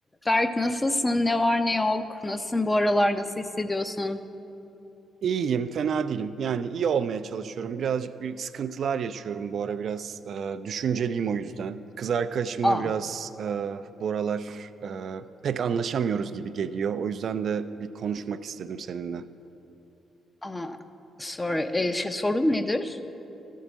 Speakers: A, on the left (about 20°); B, on the right (about 60°).
A: Berk nasılsın? Ne var ne yok? Nasılsın bu aralar? Nasıl hissediyorsun?
B: İyiyim, fena değilim. Yani iyi olmaya çalışıyorum. Birazcık bir sıkıntılar yaşıyorum bu ara. Biraz e, düşünceliyim o yüzden. Kız arkadaşımla
A: Aa,
B: biraz e, bu aralar e, pek anlaşamıyoruz gibi geliyor. O yüzden de bir konuşmak istedim seninle.
A: aa, sorry. Ee, şey, sorun nedir?